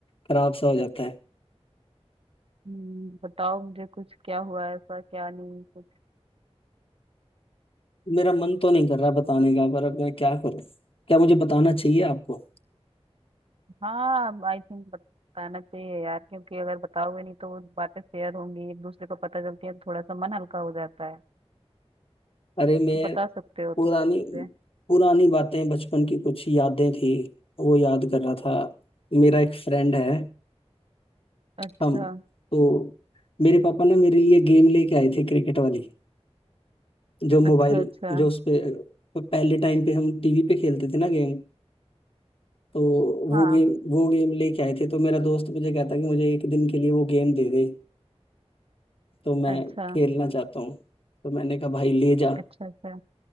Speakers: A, on the left (about 55°); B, on the right (about 60°).
A: खराब सा हो जाता है
B: हम्म, बताओ मुझे कुछ क्या हुआ है ऐसा क्या नहीं कुछ
A: मेरा मन तो नहीं कर रहा बताने का पर अब मैं क्या करूँ क्या मुझे बताना चाहिए आपको
B: हाँ आई थिंक बताना चाहिए यार क्योंकि अगर बताओगे नहीं तो वो बातें शेयर होंगी एक दूसरे को पता चलती है तो थोड़ा सा मन हल्का हो जाता है
A: अरे मैं
B: तो बता सकते हो
A: पुरानी
B: तुम मुझे
A: पुरानी बातें बचपन की कुछ यादें थी वो याद कर रहा था मेरा एक फ्रेंड है
B: अच्छा
A: हम तो मेरे पापा ना मेरे लिए गेम लेके आए थे क्रिकेट वाली जो मोबाइल
B: अच्छा अच्छा
A: जो उस पे पहले टाइम पे हम टीवी पे खेलते थे ना गेम तो वो
B: हाँ
A: गेम वो गेम लेके आए थे तो मेरा दोस्त मुझे कहता कि मुझे एक दिन के लिए वो गेम दे दे तो मैं
B: अच्छा
A: खेलना चाहता हूँ तो मैंने कहा भाई ले जा
B: अच्छा अच्छा